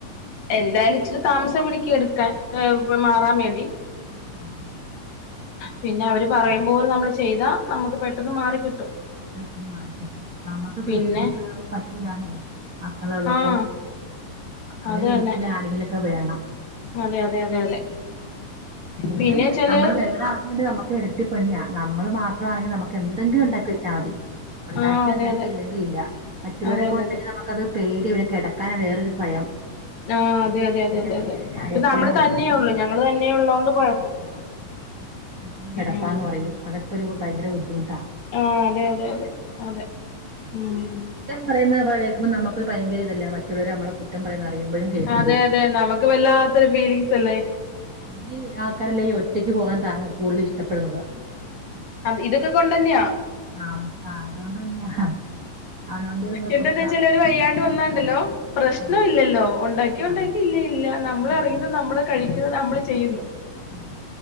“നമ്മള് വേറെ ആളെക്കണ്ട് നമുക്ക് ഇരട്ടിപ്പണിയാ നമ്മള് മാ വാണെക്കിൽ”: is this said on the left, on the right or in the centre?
Right